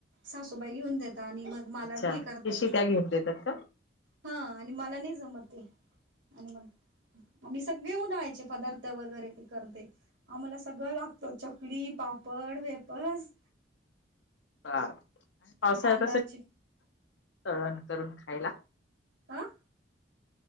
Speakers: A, on the right (about 75°); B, on the left (about 75°).
A: सासूबाई घेऊन देता आणि मग मलाच
B: अच्छा
A: हे करतय,
B: पिशी त्या घेऊन देतात का
A: हा आणि मला नाही जमतते आणि मग आम्ही सगळे उन्हाळ्याचे पदार्थ वगैरे ते करते. आम्हाला सगळं लागतं चकली, पापड, वेफर्स
B: <inaudible> हा पावसाळ्यात
A: तांदळाची
B: अस तळण करून खायला
A: आं